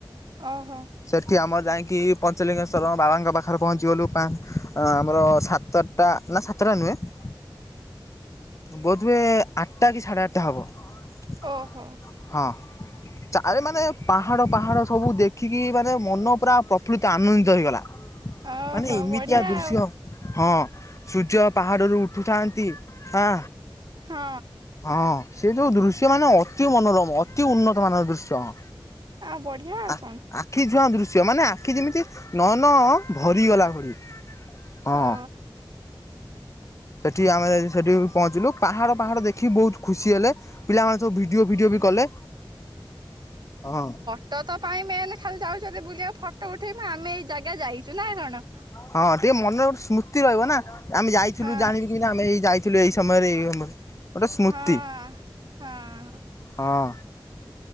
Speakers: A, on the right (about 60°); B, on the left (about 35°).
A: ଓହୋ।
B: ସେଠି ଆମର ଯାଇକି ପଞ୍ଚଲିଙ୍ଗେଶ୍ୱରଙ୍କ ବାବାଙ୍କ ପାଖରେ ପହଞ୍ଚିଗଲୁ ପା ଆମର ସାତଟା ତା ନା ସାତେଟା ନୁହେଁ ବୋଧହୁଏ ଆଠଟା କି ସାଢ଼େ ଆଠଟା ହେବ।
A: ଓହୋ।
B: ହଁ ଚ ମାନେ ପାହାଡ ପାହାଡ ସବୁ ଦେଖିକି ମାନେ ମନ ପୁରା ପ୍ରଫୁ ଆନନ୍ଦିତ ହେଇଗଲା
A: ଓହୋ
B: ମାନେ ଏମିତିଆ
A: ବଢିଆ
B: ଦୃଶ୍ୟ
A: ଆଉ
B: ହଁ ସୂର୍ଯ୍ୟ ପାହାଡ଼ରୁ ଉଠୁଥାନ୍ତି ହଁ
A: ହଁ।
B: ହଁ ସେ ଯୋଉ ଦୃଶ୍ୟ ମାନେ ଅତି ମନୋରମ ଅତି ଉନ୍ନତ ମାନର ଦୃଶ୍ୟ ହଁ
A: ଆଉ ବଢ଼ିଆ ଆଉ
B: ଆ
A: କଣ
B: ଆଖି ଛୁଆଁ ଦୃଶ୍ୟ ମାନେ ଆଖି ଯେମିତି ନୟନ ଭରିଗଲା ଭଳି ହଁ
A: ଓ
B: ସେଠି ଆମେ ସେଠି ପହଞ୍ଚିଲୁ ପାହାଡ ପାହାଡ ଦେଖି ବହୁତ ଖୁସି ହେଲେ ପିଲାମାନେ ସବୁ ଭିଡ଼ିଓ ଫିଡ଼ିଓ ବି କଲେ ହଁ
A: ସେଟା ପାଇଁ ତ ମେନେ ଖାଲି ଯାଉଛନ୍ତି ବୁଲିବାକୁ ଫଟୋ ଉଠେଇବୁ ଆମେ ଏଇ ଜାଗା ଯାଇଛୁ ନା କଣ
B: ହଁ ଟିକେ ମନରେ ଗୋଟ ସ୍ମୃତି ରହିବ ନା ଆମେ ଯାଇଥିଲୁ
A: ହଁ
B: ଜାଣିବି କି ଆମେ ଏଇ ଯାଇ ଥିଲ ଏଇ ସମୟରେ ଗୋଟେ ସ୍ମୃତି
A: ହଁ ହଁ
B: ହଁ